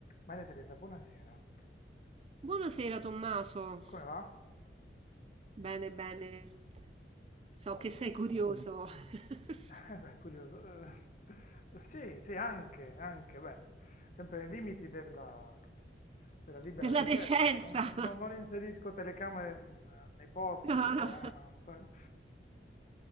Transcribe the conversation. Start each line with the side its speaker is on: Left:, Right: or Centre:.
Left: Maria Teresa, buonasera.
Right: Buonasera Tommaso,
Left: Come va?
Right: bene bene, so
Left: Ottimo.
Right: che sei curioso <laughs>
Left: <laughs> Eh, beh, curioso. Eh, <laughs> sì, sì, anche, anche, beh, sempre nei limiti della, della libera
Right: della
Left: scelta.
Right: decenza.
Left: Non, non-
Right: <laughs>
Left: non- non inserisco telecamere mh, nei posti,
Right: No,
Left: però,
Right: no.
Left: eh, non- per-